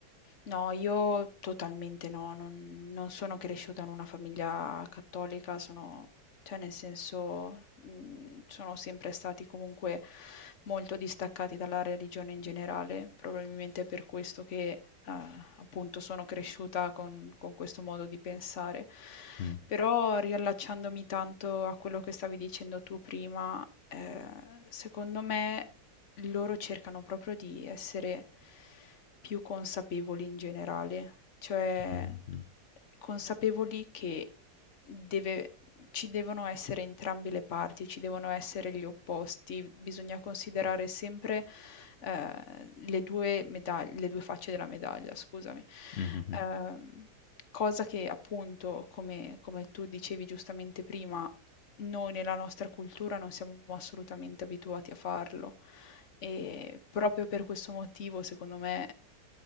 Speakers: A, on the left; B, on the left.
A: No, io totalmente no, non, non sono cresciuta in una famiglia cattolica, sono, cioè nel senso, mh, sono sempre stati comunque molto distaccati dalla religione in generale, probabilmente è per questo che eh, appunto sono cresciuta con, con questo modo di pensare.
B: Mm,
A: Però riallacciandomi tanto a quello che stavi dicendo tu prima, eh, secondo me loro cercano proprio di essere più consapevoli in generale, cioè
B: mm, mm,
A: consapevoli che deve ci devono essere entrambe le parti, ci devono essere gli opposti, bisogna considerare sempre, ehm, le 2 medagl le 2 facce della medaglia, scusami.
B: mm, mm,
A: Ehm, cosa che appunto, come come tu dicevi giustamente prima, noi nella nostra cultura non siamo assolutamente abituati a farlo e proprio per questo motivo, secondo me,